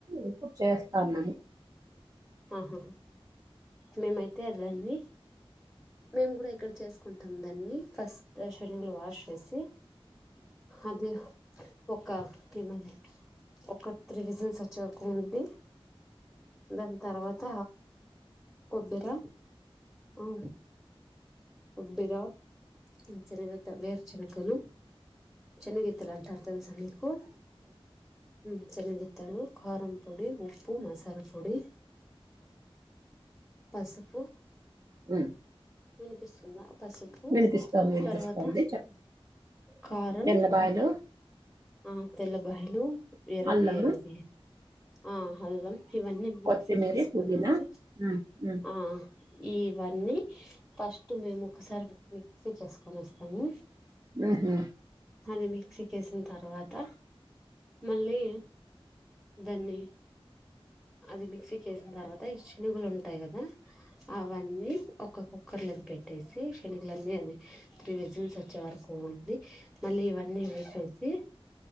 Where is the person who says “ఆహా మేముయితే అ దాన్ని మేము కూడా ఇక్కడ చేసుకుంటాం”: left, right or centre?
Centre